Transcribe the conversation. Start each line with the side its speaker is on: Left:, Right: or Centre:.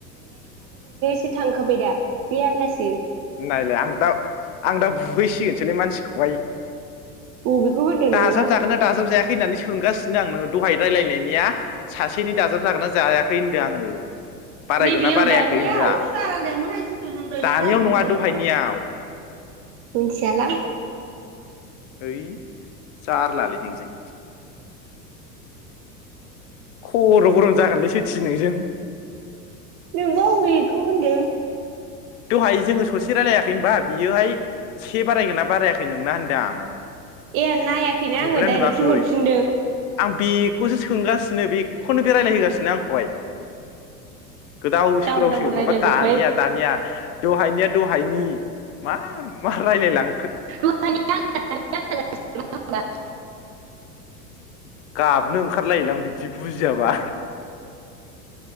Right: बे थांखाबायदा बे आलदासो।
Left: नायलाय आं दा आं दा बुुबैसिगोन सोलै मानसिखौहाय
Right: बबेखौ होनदों
Left: दाजाब
Right: नोंबा
Left: जागोन दाजाब जाया? फैनानै सोंगास नांनो दहाय रायलायनायनिया सासेनि दाजाब जागोनना जायाखै होनदों आङो। बारायगोन
Right: नैबेयाव
Left: ना बारायाखै
Right: दानियाव?
Left: होनदों आं
Right: <unintelligible>
Left: दानियाव नङा दहायनियाव
Right: मिन्थियालां।
Left: है जारलालै नोंजों। खर' गरम जागोनलै थोस नोंजों।
Right: नोंबा अबेखौ होनदों।
Left: दहाय जोङो ससे रायलायाखै होमबा बियोहाय से बारायगोना बारायाखै नोंना होनदां।
Right: ए आन नायाखैना
Left: नुगोना
Right: आङो डाइरेक्सो
Left: नुवाखै
Right: हरफिनदों।
Left: आं बेखौसो सोंगासिनो बेखौनो बेरायलायहोगासिनो आंखौहाय। गोदाव
Right: डाबल
Left: सोरावसो
Right: डाबल रायलायजोब्बाय
Left: माबा दानिया दानिया दहायनिया दहायनि मा मा रायलाय लां
Right: <unintelligible>
Left: गाब गाबनो ओंखारलायोलां बिदि बुजियाबा